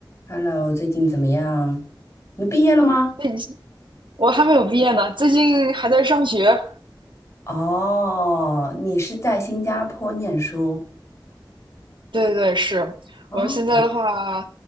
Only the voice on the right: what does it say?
你，我还没有毕业呢，最近还在上学。
对对对，是我现在的话，